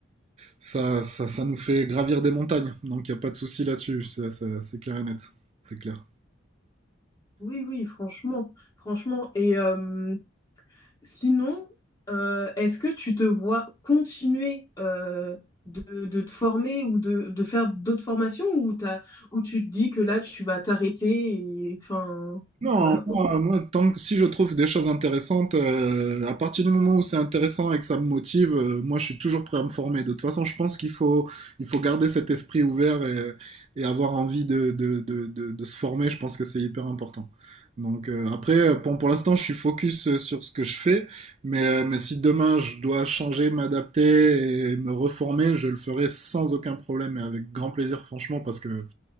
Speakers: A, on the right (about 35°); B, on the left (about 20°).
A: ça, ça, ça nous fait gravir des montagnes. Donc, il n'y a pas de souci là-dessus. Ça- ça- C'est clair et net. C'est clair.
B: Oui, oui, franchement. Franchement. Et euh, Sinon, euh, est-ce que tu te vois continuer euh, de, de te former ou de, de faire d'autres formations ou t'as, ou tu te dis que là, tu vas t'arrêter et enfin,
A: Non,
B: voilà quoi.
A: moi, moi, tant que si je trouve des choses intéressantes, euh, à partir du moment où c'est intéressant et que ça me motive, euh, moi je suis toujours prêt à me former. De toute façon, je pense qu'il faut, il faut garder cet esprit ouvert et, et avoir envie de, de, de, de, de se former. Je pense que c'est hyper important. Donc euh, après, pour, pour l'instant, je suis focus euh, sur ce que je fais, mais, euh, mais si demain je dois changer, m'adapter et me reformer, je le ferai sans aucun problème et avec grand plaisir, franchement, parce que